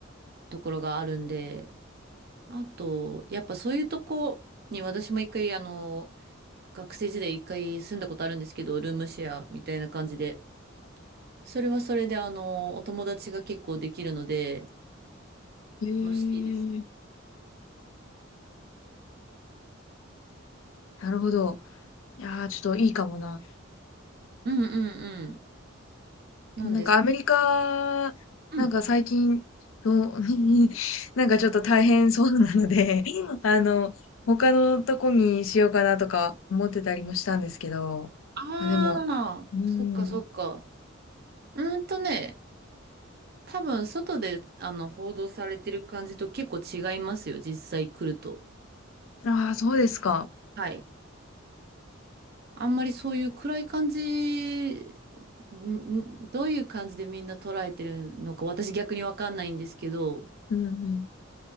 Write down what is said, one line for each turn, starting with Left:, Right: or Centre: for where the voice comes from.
Right: ところがあるんで、あと、やっぱそういうとこに私も一回、あの、学生時代一回住んだことあるんですけど、ルームシェアみたいな感じで。それはそれで、あの、お友達が結構できるので、
Left: うん。
Right: 楽しいですよ。
Left: へえ、なるほど。いやー、ちょっといいかもな。
Right: うんうんうん。なんです。
Left: なんかアメリカ、
Right: うん。
Left: なんか最近の、<laughs> なんかちょっと大変そうなので、<laughs> あの、他のとこにしようかなとか思ってたりもしたんですけど、
Right: ああ、
Left: あ、でも、うん。
Right: そっかそっか。うーんとね、多分外で、あの、報道されてる感じと結構違いますよ、実際来ると。
Left: ああ、そうですか。
Right: はい。あんまりそういう暗い感じ、んんどういう感じでみんな捉えてるのか、私逆にわかんないんですけど、
Left: うんうん。